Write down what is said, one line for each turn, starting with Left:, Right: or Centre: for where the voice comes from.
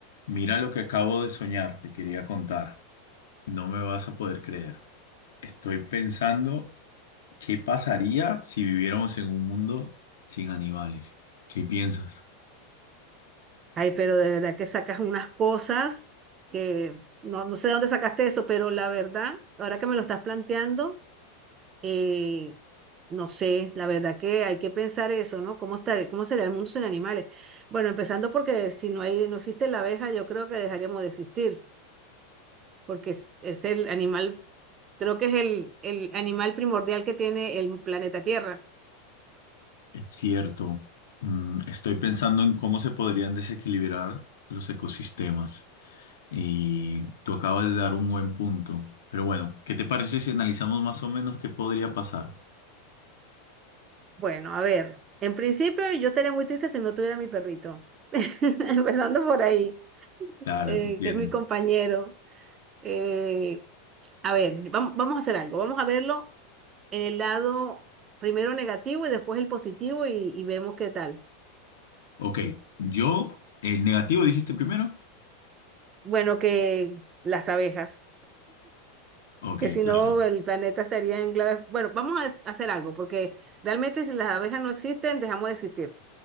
Left: Mira lo que acabo de soñar, te quería contar. No me vas a poder creer. Estoy pensando qué pasaría si viviéramos en un mundo sin animales. ¿Qué piensas?
Right: Ay, pero de verdad que sacas unas cosas que no, no sé de dónde sacaste eso, pero la verdad, ahora que me lo estás planteando, eh, no sé, la verdad que hay que pensar eso, ¿no? ¿Cómo estar, cómo sería el mundo sin animales? Bueno, empezando porque si no hay, no existe la abeja, yo creo que dejaríamos de existir, porque es, es el animal, creo que es el, el animal primordial que tiene el planeta Tierra.
Left: Es cierto. Mm, estoy pensando en cómo se podrían desequilibrar los ecosistemas. Y tú acabas de dar un buen punto. Pero bueno, ¿qué te parece si analizamos más o menos qué podría pasar?
Right: Bueno, a ver, en principio yo estaría muy triste si no tuviera mi perrito. <laughs> Empezando por ahí.
Left: Claro,
Right: eh,
Left: te entiendo.
Right: que es mi compañero. Eh, a ver, vamos, vamos a hacer algo. Vamos a verlo en el lado primero negativo y después el positivo y, y vemos qué tal.
Left: Ok, yo, el negativo dijiste primero.
Right: Bueno, que las abejas,
Left: Ok,
Right: que si
Left: claro.
Right: no el planeta estaría en clave. Bueno, vamos a es- hacer algo, porque realmente si las abejas no existen, dejamos de existir,